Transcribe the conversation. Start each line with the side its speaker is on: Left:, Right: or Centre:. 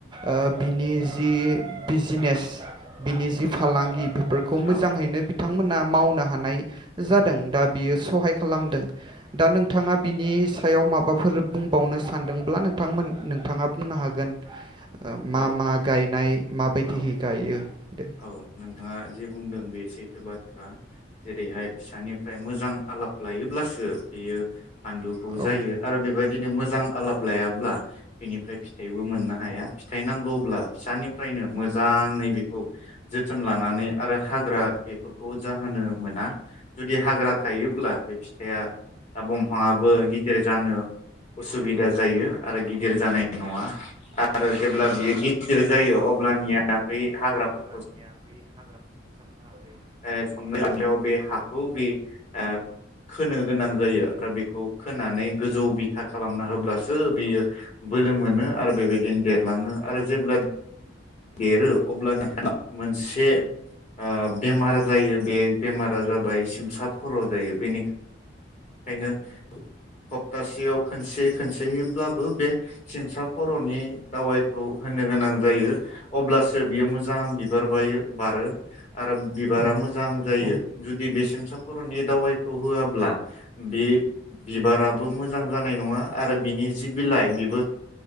Right: ओ बिनि जि बिजनेस बिनि जि फालांगि बिफोरखौ
Left: औ
Right: मोजाङैनो बिथांमोना मावना जादों दा बियो सहाय खालामदों दा नोंथाङा बिनि सा सायाव माबाफोर बुंबावनो सानदोंब्ला नोंथांमोन नोंथाङा बुंनो हागोन।
Left: औ
Right: मा मा गायनाय माबायदिहै
Left: औ
Right: गायो दे
Left: औ नोंथाङा जे बुंदों बे सैथो बाथ्रा जेरैहाय फिसानिफ्राय मोजां आलाब लायोब्लासो बेयो फानलुखौ
Right: औ
Left: जायो आरो बेबायदि दिनो मोजां आलाब लायाब्ला बिनिफ्राय फिथाइबो मोननो हाया। फिथाइ नांगौब्ला फिसानिफ्रायनो मोजाङै बे जोथोन लानानै आरो हाग्रा बेफोरख खौ जाहोनो मोना जुदि हाग्रा थायोब्ला बे फिथाइआ बमफाङाबो गिदिर जानो उसुबिदा जायो आरो गिदिर जानाय नङा आरो जेब्ला बियो गिदिर जायो अब्लानिया बै हाग्रा फोर
Right: दानिया बै हाग्राफोरखौ सारफाहै
Left: अननायायाव बे हाखौ बे ओ खोनो गोनां जायो आरो बेखौ खोनानै गोजौ बिथा खालामना होब्लासो बियो बोलो मोनो आरो बेबायदिनो देरलाङो आरो जेब्ला देरो अब्लानो मोनसे ओ‌‌ बेमार जायो बे बेमारा जाबाय सिमसा खर जायो बेनिखायनो खप्तासेयाव खनसे खनसेैब्लाबो बे सिमसा खरनि दावायखौ होनो गोनां जायो। अब्लासो बियो मोजां बिबार बायो बारो आरो बिबारा
Right: बारो
Left: मोजां जायो जुदि बे सेमसा खरनि दावाइखौ होआब्ला बे बिबाराबो मोजां जानाय नङा आरो बिनि जि बिलाइ बेबो